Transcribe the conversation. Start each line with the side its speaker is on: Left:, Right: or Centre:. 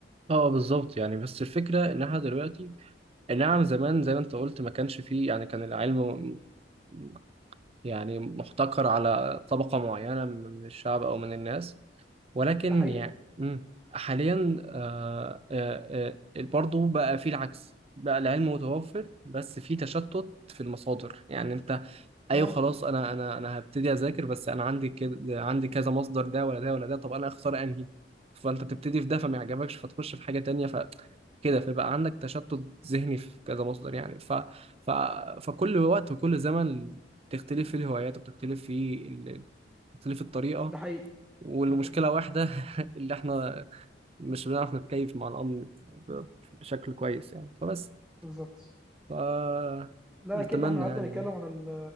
Right: اه آه، بالظبط يعني بس الفكره ان احنا دلوقتي نعم زمان زي ما انت قلت ما كانش فيه يعني كان العلم م- م- يعني محتكر على طبقه معينه من الشعب او من الناس ولكن
Centre: ده حقيقي
Right: يعني امم حاليا آه آه آه برضه بقى فيه العكس بقى العلم متوفر بس فيه تشتت في المصادر يعني انت ايوه
Centre: اه
Right: خلاص انا انا انا هبتدي اذاكر بس انا عندي كده عندي كذا مصدر ده ولا ده ولا ده طب انا اختار انهي فانت بتبتدي في ده فما يعجبكش فتخش في حاجه تانية ف كده فيبقى عندك تشتت ذهني في كذا مصدر يعني ف... ف... فكل وقت وكل زمن بتختلف فيه الهوايات وبتختلف فيه ال... بتختلف الطريقه
Centre: ده حقيقي
Right: والمشكله
Centre: ده حقيقي
Right: واحده <laughs> اللي احنا مش بنعرف نتكيف مع الامر ب- بشكل كويس يعني فبس
Centre: بالظبط
Right: ف
Centre: لا
Right: نتمنى
Centre: كده احنا قعدنا
Right: يعني
Centre: نتكلم عن ال-